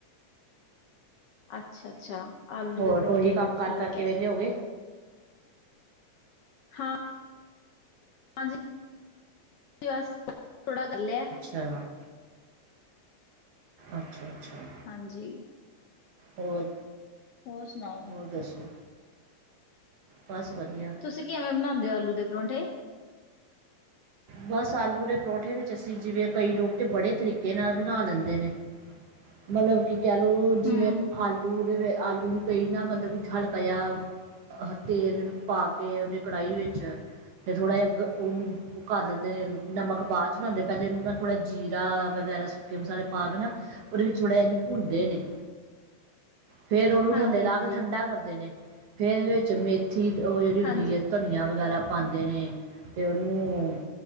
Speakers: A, on the left; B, on the right.
A: ਅੱਛਾ- ਅੱਛਾ ਆਲੂ
B: ਹੋਰ
A: ਦੇ ਪਰੌਂਠੇ
B: ਤਾਂ ਉਹੀ ਕੰਮ ਕਰ
A: ਠੀਕ
B: ਕਰਕੇ
A: ਹੈ।
B: ਵਿਹਲੇ ਹੋ ਗਏ
A: ਹਾਂ ਹਾਂਜੀ, ਬਸ, ਥੋੜ੍ਹਾ ਕਰ ਲਿਆ।
B: ਹ। ਅੱਛਾ- ਅੱਛਾ।
A: ਹਾਂਜੀ।
B: ਹੋਰ।
A: ਹੋਰ ਸੁਣਾਓ?
B: ਹੋਰ ਦੱਸੋ? ਬਸ ਵਧੀਆ।
A: ਤੁਸੀਂ ਕਿਵੇਂ ਬਣਾਉਂਦੇ ਹੋ ਆਲੂ ਦੇ ਪਰੌਂਠੇ?
B: ਬਸ ਆਲੂ ਦੇ ਪਰੌਂਠੇ ਵਿੱਚ ਅਸੀਂ ਜਿਵੇਂ ਕਈ ਲੋਕੀ ਬੜੇ ਤਰੀਕੇ ਨਾਲ ਬਣਾ ਲੈਂਦੇ ਨੇ। ਮਤਲਬ ਕਿ ਕਹਿ ਲੋਓ, ਜਿਵੇਂ
A: ਹੂੰ
B: ਆਲੂ ਦੇ ਆਲੂ ਨੂੰ ਕਈ ਨਾ ਮਤਲਬ ਵਿੱਚ ਹਲਕਾ ਜਿਹਾ ਅਹ ਤੇਲ ਪਾ ਕੇ ਉਹਦੀ ਕੜਾਹੀ ਵਿੱਚ ਤੇ ਥੋੜ੍ਹਾ ਜਿਹਾ ਉਹਨ ਉਹ ਕਰ ਲੈਂਦੇ ਨੇ, ਨਮਕ ਬਾਅਦ 'ਚ ਪਾਉਂਦੇ, ਪਹਿਲੇ ਥੋੜ੍ਹਾ ਜੀਰਾ ਵਗੈਰਾ ਸੁੱਕੇ ਮਸਾਲੇ ਪਾ ਕੇ ਨਾ ਉਹਦੇ ਵਿੱਚ ਥੋੜਾ ਜਿਹਾ ਭੁੰਨਦੇ ਨੇ। ਫੇਰ ਉਹਨੂੰ
A: ਹਾਂਜੀ
B: ਥੱਲੇ ਲਾ
A: ਹਾਂਜੀ
B: ਕੇ ਠੰਡਾ ਕਰਦੇ ਨੇ, ਫੇਰ ਇਹਦੇ ਵਿੱਚ ਮੇ ਮੈਂਥੀ ਉਹ ਜਿਹੜੀ
A: ਹਾਂਜੀ
B: ਹੁੰਦੀ ਹੈ, ਧਨੀਆ ਵਗੈਰਾ ਪਾਉਂਦੇ ਨੇ ਤੇ ਉਹਨੂੰ